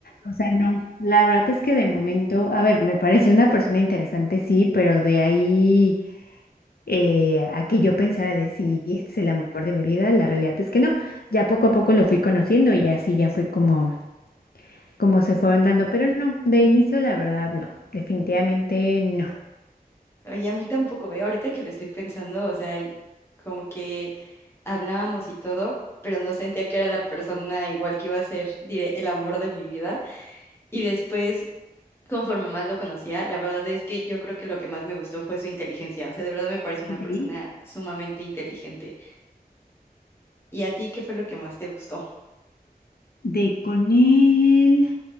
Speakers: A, on the left; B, on the left.
A: O sea, no. La verdad es que de momento, a ver, me pareció una persona interesante, sí, pero de ahí eh, a que yo pensara de sí, este es el amor de mi vida, la realidad es que no. Ya poco a poco lo fui conociendo y así ya fue como, como se fueron dando, pero no, de inicio la verdad no, definitivamente no.
B: Oye, a mí tampoco, ¿eh? Ahorita que lo estoy pensando, o sea, y como que hablábamos y todo, pero no sentía que era la persona igual que iba a ser, diré, el amor de mi vida. Y después, conforme más lo conocía, la verdad es que yo creo que lo que más me gustó fue su inteligencia. O sea, de verdad me parece una
A: Ok.
B: persona sumamente inteligente. ¿Y a ti qué fue lo que más te gustó?
A: De con él,